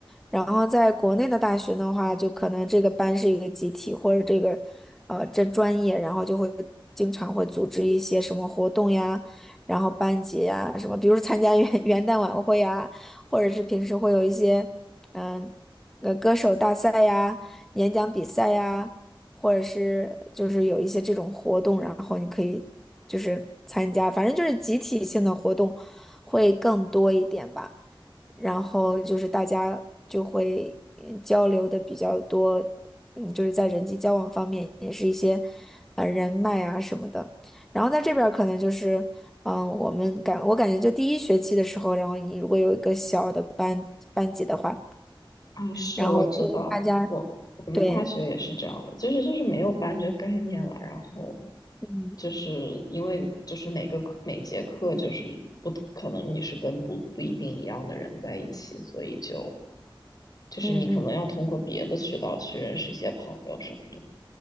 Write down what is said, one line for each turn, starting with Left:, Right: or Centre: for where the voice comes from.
Centre: 然后在国内的大学的话，就可能这个班是一个集体，或者这个，呃，这专业，然后就会经常会组织一些什么活动呀，然后班级呀什么，比如参加元 <laughs> 元旦晚会呀，或者是平时会有一些，嗯、呃，歌手大赛呀、演讲比赛呀，或者是就是有一些这种活动，然后你可以就是参加，反正就是集体性的活动会更多一点吧。然后就是大家就会嗯交流的比较多，嗯，就是在人际交往方面也是一些呃人脉啊什么的。然后在这边儿可能就是，嗯、我们感我感觉就第一学期的时候，然后你如果有一个小的班班级的话，
Left: 啊，是我知道，
Centre: 然后大家
Left: 我我们大学也是这样的，
Centre: 对，
Left: 就是就是没有班这个概念了，然后
Centre: 嗯
Left: 就是因为就是每个课每节课就是不可能你是跟不不一定一样的人在一起，所以就就是你可能要通过别的渠道去认识一些朋友什么的。
Centre: 嗯嗯。